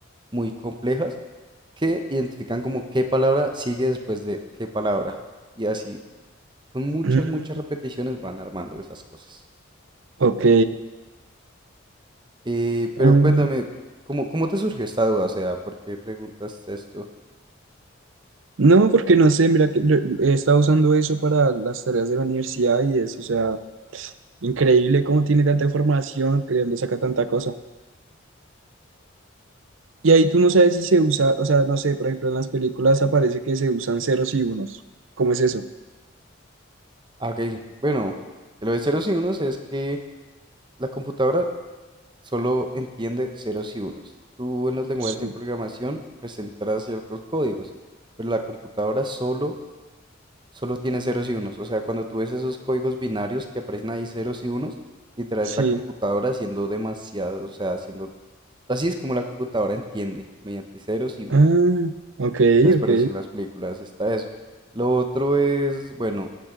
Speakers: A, on the right (about 25°); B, on the right (about 70°).
A: muy complejas que identifican como qué palabra sigue después de qué palabra. Y así, con muchas,
B: Mm,
A: muchas repeticiones van armando esas cosas.
B: ok.
A: Eh, pero
B: Ah.
A: cuéntame, ¿cómo, cómo te surgió esta duda? O sea, ¿por qué preguntas esto?
B: No, porque no sé, mira que lo- he estado usando eso para las tareas de la universidad y es, o sea, increíble cómo tiene tanta información, que de dónde saca tanta cosa. Y ahí tú no sabes si se usa, o sea, no sé, por ejemplo, en las películas aparece que se usan ceros y unos. ¿Cómo es eso?
A: Ah, Ok, bueno, lo de ceros y unos es que la computadora solo entiende ceros y unos. Tú en los lenguajes
B: Sí,
A: de programación pues entras ciertos códigos, pero la computadora solo, solo tiene ceros y unos. O sea, cuando tú ves esos códigos binarios que aparecen ahí ceros y unos, literal
B: sí.
A: es la computadora haciendo demasiado, o sea, haciendo... Así es como la computadora entiende, mediante ceros y unos.
B: Ah, ok,
A: Entonces
B: ok.
A: por eso en las películas está eso. Lo otro es, bueno,